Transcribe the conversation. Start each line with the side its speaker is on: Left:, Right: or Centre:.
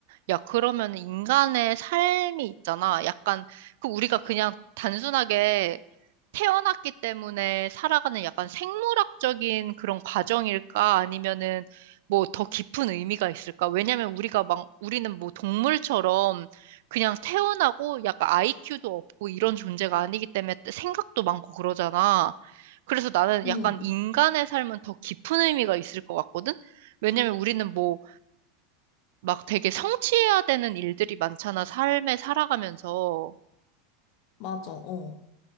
Right: 야, 그러면 인간의 삶이 있잖아. 약간, 그 우리가 그냥 단순하게 태어났기 때문에 살아가는 약간 생물학적인 그런 과정일까? 아니면은 뭐 더 깊은 의미가 있을까? 왜냐면 우리가 막, 우리는 뭐 동물처럼 그냥 태어나고 약간 IQ도 없고 이런 존재가 아니기 때문에 생각도 많고 그러잖아. 그래서 나는
Left: 응,
Right: 약간 인간의 삶은 더 깊은 의미가 있을 것 같거든? 왜냐면 우리는 뭐 막 되게 성취해야 되는 일들이 많잖아, 삶에 살아가면서.
Left: 맞아, 어.